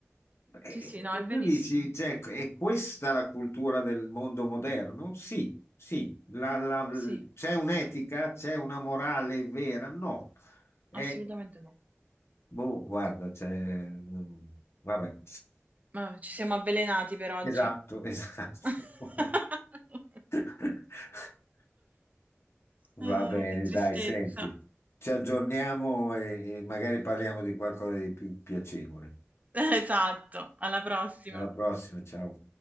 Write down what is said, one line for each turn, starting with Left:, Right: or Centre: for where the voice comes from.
Left: E,
Right: Sì, sì, no,
Left: e
Right: è
Left: tu
Right: verissimo.
Left: dici, cioè, è questa la cultura del mondo moderno? Sì, sì. La- la-
Right: Sì.
Left: c'è un'etica, c'è una morale vera? No. Eh,
Right: Assolutamente no.
Left: boh, guarda, c'è... Vabbè.
Right: Ma ci siamo avvelenati per oggi.
Left: Esatto, esatto.
Right: <laughs>
Left: <laughs> Va
Right: Ah,
Left: bene,
Right: che tristezza.
Left: dai, senti, ci aggiorniamo e, e magari parliamo di qualcosa di più piacevole.
Right: <laughs> Esatto, alla prossima.
Left: Alla prossima, ciao.